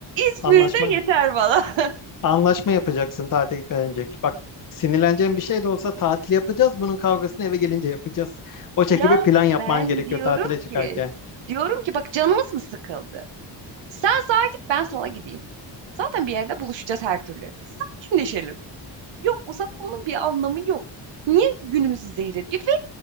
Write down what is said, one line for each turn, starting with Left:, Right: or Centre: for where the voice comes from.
Right: İzmir'de
Left: Anlaşma.
Right: yeter bana. <laughs>
Left: Anlaşma yapacaksın tatile gitmeden önce. Bak sinirleneceğin bir şey de olsa tatil yapacağız. Bunun kavgasını eve gelince yapacağız. O şekilde
Right: Ya
Left: bir plan yapman
Right: ben
Left: gerekiyor
Right: diyorum
Left: tatile çıkarken.
Right: ki diyorum ki bak canımız mı sıkıldı? Sen sağa git ben sola gideyim. Zaten bir yerde buluşacağız her türlü. Sakinleşelim. Yok uzatmanın bir anlamı yok. Niye günümüzü zehir ediyor? Ve